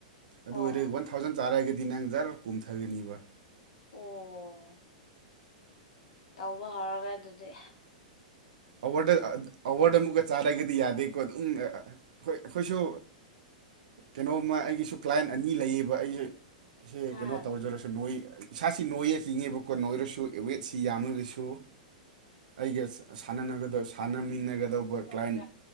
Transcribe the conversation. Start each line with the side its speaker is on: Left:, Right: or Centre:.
Right: ꯑꯗꯨ
Left: ꯑꯣ
Right: ꯑꯣꯏꯔ
Left: ꯑꯣ
Right: one ꯊꯥꯎ ꯊꯥꯎꯖꯟ ꯆꯥꯔꯒꯗꯤ ꯅꯪ ꯖꯔ ꯀꯨꯝꯊꯒꯅꯤꯕ
Left: ꯑꯣ ꯇꯧꯕ ꯍꯧꯔꯒꯦ ꯑꯗꯨꯗꯤ
Right: ꯑꯋꯥꯔꯗ ꯑꯋꯥꯔꯗ ꯑꯃꯨꯛꯀ ꯆꯥꯔꯒꯗꯤ ꯌꯥꯗꯦꯀꯣ ꯑꯗꯨꯝ ꯑꯩꯈꯣꯏ ꯑꯩꯈꯣꯏꯁꯨ ꯀꯩꯅꯣꯝꯃ ꯑꯩꯒꯤꯁꯨ ꯀ꯭ꯂꯥꯏꯟ ꯑꯅꯤ ꯂꯩꯌꯦꯕ ꯑꯩꯁꯦ ꯑꯁꯤ
Left: ꯑꯥ
Right: ꯀꯩꯅꯣ ꯇꯧꯖꯔꯁꯨ ꯅꯣꯏ ꯏꯁꯥꯁꯤ ꯅꯣꯏꯌꯦ ꯆꯤꯡꯉꯦꯕꯀꯣ ꯅꯣꯏꯔꯁꯨ ꯋꯦꯠꯁꯤ ꯌꯥꯝꯃꯒꯁꯨ ꯑꯩꯒ ꯁꯥꯟꯅ ꯁꯥꯟꯅꯃꯤꯟꯅꯒꯗꯧꯕ
Left: ꯑꯣ
Right: ꯀ꯭ꯂꯥꯏꯟ